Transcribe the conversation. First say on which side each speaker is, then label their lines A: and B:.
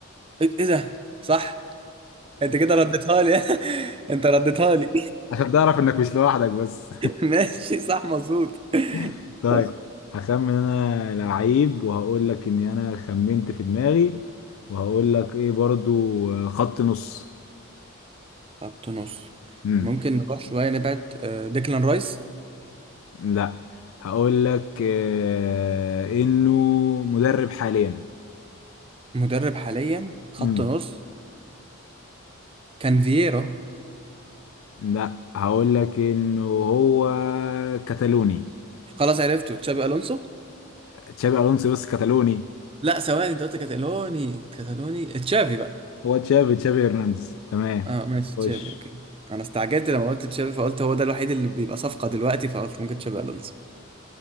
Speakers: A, on the right; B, on the left.
A: ايه إيه ده صح انت كده رديتها لي <laughs> انت رديتها لي
B: عشان تعرف انك مش لوحدك بس
A: <laughs> ماشي صح مظبوط
B: <laughs> طيب
A: بس.
B: هخمن انا لعيب وهقول لك اني انا خمنت في دماغي وهقول لك ايه برضو آه، خط نص
A: خط نص
B: امم
A: ممكن نروح شويه نبعد آه، ديكلان رايس
B: لا هقول لك آه، انه مدرب حاليا
A: مدرب حاليا خط
B: امم
A: نص كان فييرا
B: لا هقول لك انه هو كتالوني
A: خلاص عرفته تشابي الونسو
B: تشابي الونسو بس كتالوني
A: لا ثواني انت قلت كاتالوني كاتالوني تشافي بقى
B: هو تشابي تشابي هرنانديز تمام
A: اه ماشي
B: خش
A: تشافي اوكي انا استعجلت لما قلت تشافي فقلت هو ده الوحيد اللي بيبقى صفقة دلوقتي فقلت ممكن تشافي الونسو